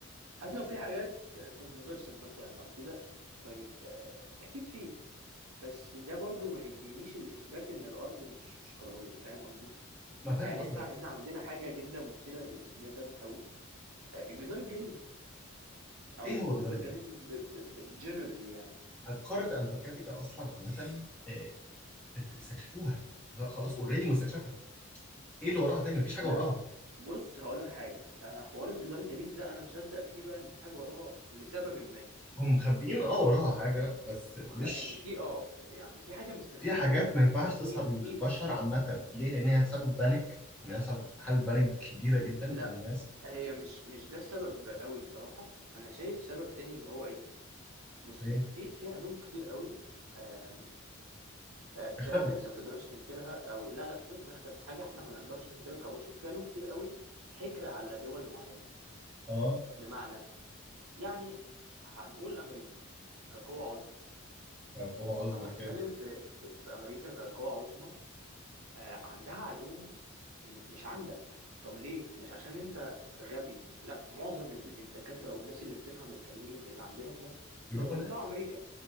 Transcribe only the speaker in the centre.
ما فاهم
قصدك
ايه هو
الجدار
الجليدي
قاره انتاركتيكا اصلا عامه آه، استكشفوها ها، خلاص اوريدي مستكشفها ايه اللي وراها تاني مفيش حاجه
وراها
هم مخبيين اه وراها حاجه بس
مش
في حاجات ما ينفعش
تظهر للبشر
عامة ليه؟ لأن هي تسبب بانيك إن يحصل حالة بانيك كبيرة جدا
بين الناس
إيه
اختفت
أه
قوة عظمى
أوكي
بيروحوا
هناك